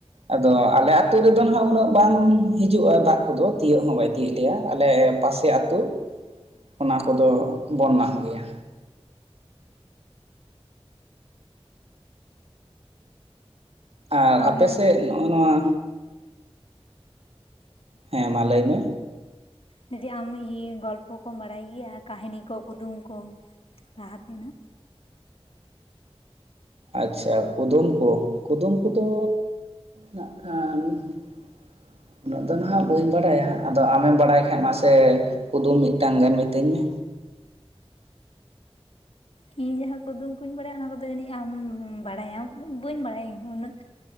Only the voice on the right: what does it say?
ᱟᱫᱚ ᱟᱞᱮ ᱟᱹᱛᱩ ᱨᱮᱫᱚ ᱦᱟᱜ ᱩᱱᱟᱹᱜ ᱵᱟᱝ ᱦᱤᱡᱩᱜ-ᱟ ᱫᱟᱜ ᱠᱚᱫᱚ ᱛᱤᱭᱳᱟᱹᱜ ᱦᱚᱸ ᱵᱟᱭ ᱛᱤᱭᱳᱜ ᱞᱮᱭᱟ ᱟᱞᱮ ᱯᱟᱥᱮ <inaudible> ᱟᱛᱳ ᱚᱱᱟ ᱠᱚᱫᱚ ᱵᱚᱱᱱᱟᱜ ᱜᱮᱭᱟ᱾ ᱟᱨ
ᱟᱯᱮ ᱥᱮᱫ ᱱᱚᱜ-ᱚᱭ ᱱᱚᱣᱟ ᱦᱮᱸ ᱢᱟ ᱞᱟᱹᱭ ᱢᱮ᱾
ᱟᱪᱪᱷᱟ ᱠᱩᱫᱩᱢ ᱠᱚ ᱠᱩᱫᱩᱢ ᱠᱚᱫᱚ ᱱᱟᱜ ᱠᱷᱟᱱ <unintelligible> ᱩᱱᱟᱹᱜ ᱫᱚ ᱱᱟᱦᱟᱜ ᱵᱟᱹᱧ ᱵᱟᱲᱟᱭᱟ ᱟᱫᱚ ᱟᱢᱮᱢ ᱵᱟᱲᱟᱭ ᱠᱷᱟᱡ ᱢᱟᱥᱮ ᱠᱩᱫᱩᱢ ᱢᱤᱫᱴᱟᱝ ᱜᱟᱱ ᱢᱤᱛᱟᱹᱧ ᱢᱮ?